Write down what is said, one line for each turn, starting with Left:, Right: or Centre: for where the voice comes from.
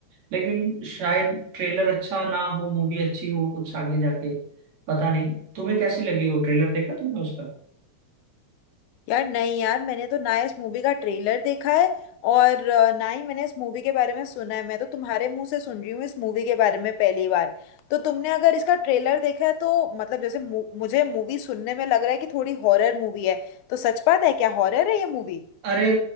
Right: लेकिन शायद ट्रेलर अच्छा ना हो मूवी अच्छी हो कुछ आगे जाके पता नहीं तुम्हें कैसी लगी वो ट्रेलर देखा तुमने उसका
Left: यार नहीं यार मैंने तो ना इस मूवी का ट्रेलर देखा है और अ, ना ही मैंने इस मूवी के बारे में सुना है मैं तो तुम्हारे मुंह से सुन रही हूँ इस मूवी के बारे में पहली बार तो तुमने अगर इसका ट्रेलर देखा है तो मतलब जैसे मु- मुझे मूवी सुनने में लग रहा है कि थोड़ी हॉरर मूवी है तो सच बात है क्या हॉरर है ये मूवी
Right: अरे